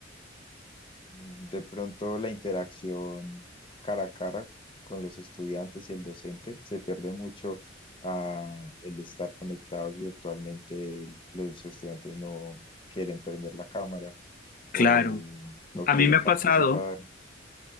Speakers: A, on the left; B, on the left.
A: mm, De pronto la interacción cara a cara con los estudiantes y el docente se pierde mucho ah, el estar conectados virtualmente. Los estudiantes no quieren prender la cámara
B: Claro,
A: o no
B: a
A: quieren
B: mí me ha
A: participar.
B: pasado.